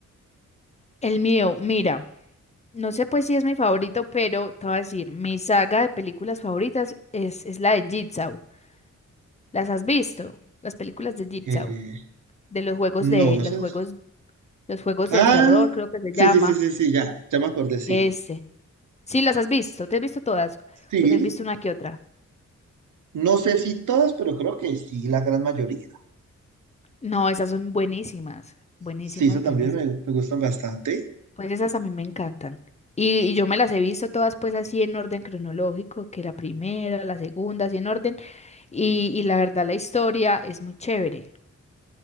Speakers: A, on the left; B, on the right.
A: El mío, mira, no sé pues si es mi favorito, pero te voy a decir, mi saga de películas favoritas es, es la de Jigsaw. ¿Las has visto? Las películas de Jigsaw,
B: Eh,
A: de los juegos
B: no,
A: de,
B: ese
A: los juegos,
B: es...
A: los juegos
B: Ah,
A: del terror, creo que se
B: sí,
A: llama.
B: sí, sí, sí, sí, ya, ya me acordé, sí.
A: Este. Sí, las has visto, ¿te has visto todas?
B: Sí,
A: ¿O te has visto una que otra?
B: No sé si todas, pero creo que sí, la gran mayoría.
A: No, esas son buenísimas, buenísimas,
B: Sí, eso también
A: buenísimas.
B: me, me gustan bastante.
A: Pues esas a mí me encantan. Y, y yo me las he visto todas pues así en orden cronológico, que la primera, la segunda, así en orden. Y, y la verdad la historia es muy chévere,